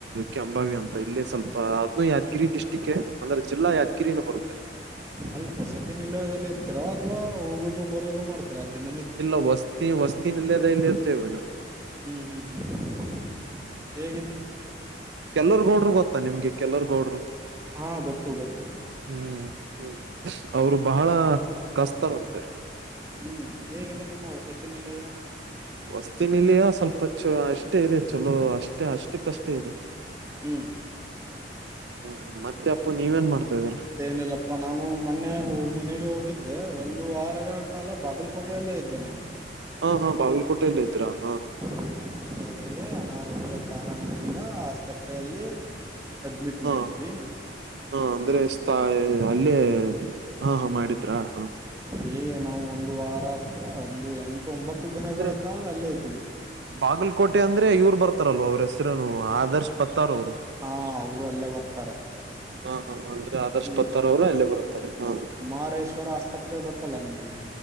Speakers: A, on the right (about 75°); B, on the right (about 15°).
A: ಕೆಅಂಬಾವಿ ಅಂತ ಇಲ್ಲಿ ಸ್ವಲ್ಪ ಅದ್ನು ಯಾದ್ಗಿರಿ ಡಿಸ್ಟ್ರಿಕ್ ಅಂದ್ರೆ ಜಿಲ್ಲಾ ಯಾದ್ಗಿರಿನೆ ಬರುತ್ತೆ
B: ಅಲ್ಲ ವಸತಿ ನಿಲಯದಲ್ಲಿ ಇರ್ತೀರ ಅಥವಾ ಹೋಗೋದು ಬರದು ಮಾಡ್ತರಾ ದಿನ
A: ಇಲ್ಲ ವಸ್ತಿ ವಸ್ತಿನಿಲಯದಲ್ಲಿ ಇರ್ತೇವೆ ನಾವು
B: ಹ್ಮ್ ಹ್ಮ್ ಹ್ಮ್ ಹೇಗಿದೆ
A: ಕೆಲ್ಲರ್ಗೌಡರು ಗೊತ್ತಾ ನಿಮ್ಗೆ ಕೆಲ್ಲರ್ಗೌಡರು
B: ಹಾಂ ಗೊತ್ತು ಗೊತ್ತು
A: ಹ್ಮ್ ಹ್ಮ ಅವ್ರು ಬಹಳ ಕಷ್ಟತರಂತೆ
B: ಹ್ಮ್ ಹೇಗಿದೆ ನಿಮ್ಮ ವಸತಿ ನಿಲಯ
A: ವಸತಿ ನಿಲಯ ಸ್ವಲ್ಪ ಚ ಅಷ್ಟೇ ಇದೆ ಚಲೋ ಅಷ್ಟೇ ಅಷ್ಟಕ್ಕಷ್ಟೇ ಇದೆ
B: ಹ್ಮ್
A: ಹ್ಮ ಮತ್ತೆ ಅಪ್ಪು ನೀವೇನ್ ಮಾಡ್ತಾ ಇದ್ದೀರಾ
B: ಏನಿಲ್ಲಪ್ಪ ನಾನು ಮೊನ್ನೆ ಮನೆಗೆ ಹೋಗಿದ್ದೆ ಒಂದು ವಾರ ಕಾಲ ಬಾಗಲಕೋಟೆಯಲ್ಲೇ ಇದ್ದೆ ನಾನು
A: ಓಹೋ, ಬಾಗಲ್ಕೋಟೆಯಲ್ಲಿ ಇದ್ರ ಹಾ
B: ನಮ್ಮ ತಂದೆಯವರಿಗೆ ಅನಾರೋಗ್ಯ ಕಾರಣದಿಂದ ಆಸ್ಪತ್ರೆಯಲ್ಲಿ ಅಡ್ಮಿಟ್
A: ಹಾ
B: ಮಾಡಿದ್ವಿ.
A: ಹಾ, ಅಂದ್ರೆ ದೋಸ್ತ ಅಲ್ಲೇ ಹಾ, ಹಾ ಮಾಡಿದ್ರಾ ಹಾ
B: ಅಲ್ಲಿ ನಾವು ಒಂದು ವಾರ ಅಥವಾಒಂದು ಎಂಟು ಒಂಬತ್ತು ದಿನಗಳ
A: ಅಂದ್ರೆ
B: ಕಾಲ ಅಲ್ಲೇ ಇದ್ವಿ.
A: ಬಾಗಲಕೋಟೆ ಅಂದ್ರೆ ಇವ್ರು ಬರ್ತಾರಲ್ವ ಅವ್ರ ಹೆಸರೇನು ಆದರ್ಶ್ ಪತ್ತಾರ್ ಅವರು
B: ಹಾ, ಅವರು ಅಲ್ಲೇ ಬರ್ತಾರೆ.
A: ಹಾ, ಹಾ, ಅಂದ್ರೆ- ಆದರ್ಶಪತ್ತಾರ್
B: ಇಲ್ಲಿ
A: ಅವರ ಅಲ್ಲೇ ಬರುತ್ತಾರೆ. ಹಾ
B: ಕುಮಾರೇಶ್ವರ ಆಸ್ಪತ್ರೆ ಗೊತ್ತಲ್ಲ ನಿಮಗೆ